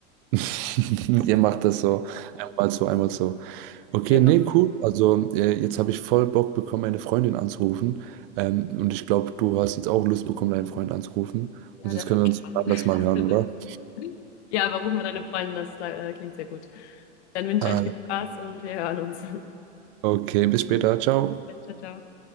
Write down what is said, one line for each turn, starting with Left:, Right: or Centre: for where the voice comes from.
Right: <laughs> Ihr macht das so einmal so, einmal so. Okay,
Left: Genau.
Right: nee, cool. Also äh, jetzt habe ich voll Bock bekommen, meine Freundin anzurufen. Ähm, und ich glaube, du hast jetzt auch Lust bekommen, deinen Freund anzurufen.
Left: Ja,
Right: Und
Left: der
Right: jetzt
Left: ist
Right: können
Left: am
Right: wir
Left: Start.
Right: uns anders
Left: <laughs>
Right: mal hören, oder?
Left: Ja, aber ruf mal deine Freundin, das äh, klingt sehr gut. Dann wünsche
Right: Ah,
Left: ich euch viel Spaß und wir hören uns. <laughs>
Right: okay, bis später. Ciao.
Left: Ciao, ciao.